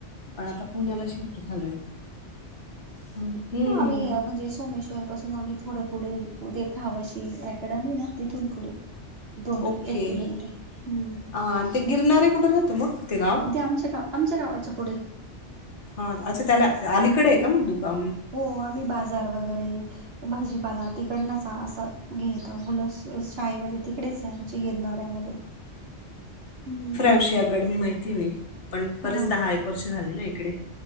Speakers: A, on the left; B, on the right.
A: पण आता पुण्याला
B: हो
A: शिफ्ट झालोय उम हम्म
B: नाही म्हणजे सोमेश्वर पासून आम्ही थोडं पुढे उ ते फावशी अकॅडमी ना तिथून पुढे दोन
A: ओके
B: एक किलोमीटर
A: अ
B: हम्म
A: ते गिरणारे कुठे राहत मग तेे गावं?
B: ते आमच्या गाव आमच्या गावाच्या पुढे
A: हा अच्छा त्याला अलीकडे आहे का मग दुका
B: हो आम्ही बाजार वगैरे भाजीपाला तिकडनच असं घेतो मुलं स शाळेमध्ये तिकडेच आमच्या गिरणाऱ्यामध्ये हम्म
A: ओशिया गड मी माहिती नाही पण बरेच
B: हा
A: दहा एक वर्ष झाले ना इकडे